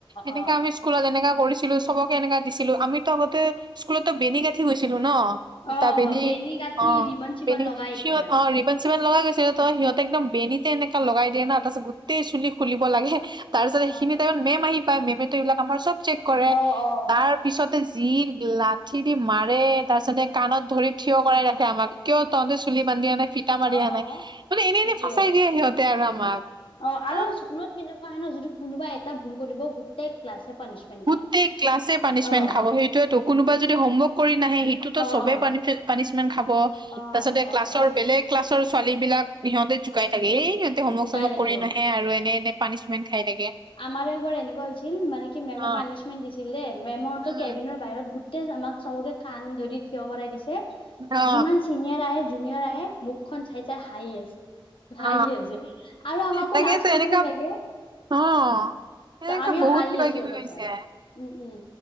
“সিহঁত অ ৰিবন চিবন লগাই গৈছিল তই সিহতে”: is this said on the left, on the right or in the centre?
Right